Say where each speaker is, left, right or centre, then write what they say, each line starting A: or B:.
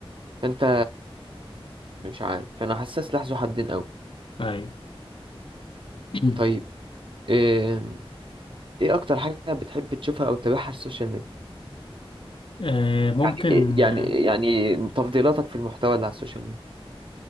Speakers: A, on the right; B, on the left.
A: فانت مش عارف فانا حاسس لحظه حدين قوي
B: طيب <clears throat>
A: طيب آم، ايه اكتر حاجه بتحب تشوفها او تتابعها على السوشيال ميديا
B: آه، ممكن
A: يعني إيه، يعني
B: آه،
A: يعني تفضيلاتك في المحتوى اللي على السوشيال ميديا